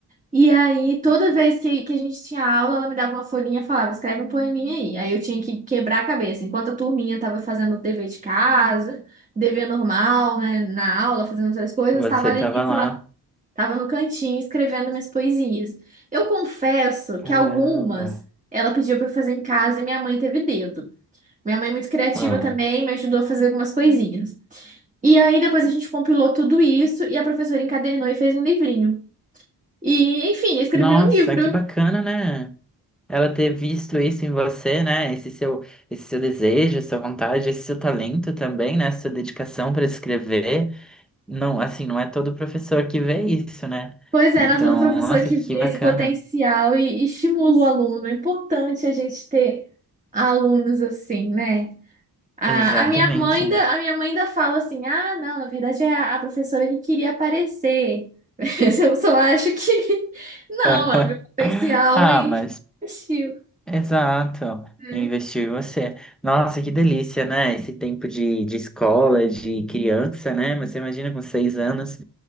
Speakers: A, on the right; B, in the centre.
A: E aí, toda vez que, que a gente tinha aula, ela me dava uma folhinha e falava, escreve um poeminha aí. Aí eu tinha que quebrar a cabeça. Enquanto a turminha estava fazendo o dever de casa, dever normal, né, na aula, fazendo outras coisas,
B: Você
A: estava ali
B: tava
A: sei
B: lá.
A: lá, estava no cantinho escrevendo minhas poesias. Eu confesso
B: Caramba.
A: que algumas ela pediu para eu fazer em casa e minha mãe teve dedo. Minha mãe é muito criativa
B: Ah.
A: também, me ajudou a fazer algumas coisinhas. E aí depois a gente compilou tudo isso e a professora encadernou e fez um livrinho. E, enfim, eu escrevi
B: Nossa,
A: um livro.
B: que bacana, né? ela ter visto isso em você, né? Esse seu, esse seu desejo, essa vontade, esse seu talento também, né? Essa dedicação para escrever. Não, assim, não é todo professor que vê isso, né?
A: Pois é,
B: Então,
A: Ana, toda professora
B: nossa,
A: que
B: que
A: vê
B: bacana.
A: esse potencial e, e estimula o aluno. É importante a gente ter alunos assim, né? A,
B: Exatamente.
A: a minha mãe ainda, a minha mãe ainda fala assim: ah, não, na verdade é a, a professora que queria aparecer. <laughs> Mas Eu só acho que <laughs> não,
B: <laughs>
A: ela viu potencial
B: Ah,
A: e
B: mas
A: <laughs> assistiu,
B: exato.
A: né?
B: Investir em você. Nossa, que delícia, né? Esse tempo de, de escola, de criança, né? Mas Você imagina com seis anos,